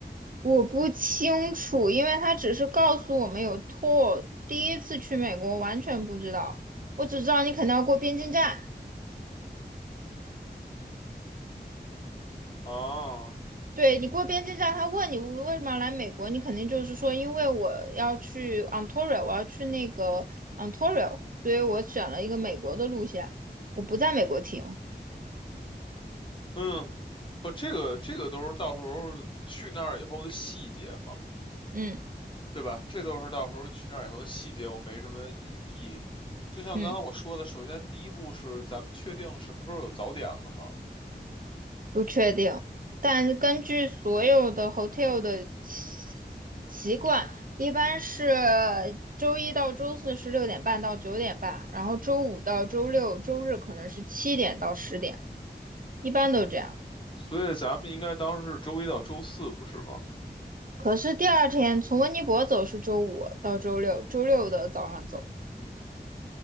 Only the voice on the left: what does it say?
啊？
嗯，不，这个这个都是到时候去那儿以后的细节嘛，
对吧？这都是到时候去那儿以后的细节，我没什么异议。就像刚才我说的，
首先第一步是咱们确定什么时候有早点了嘛，
所以咱们应该当时是周一到周四，不是吗？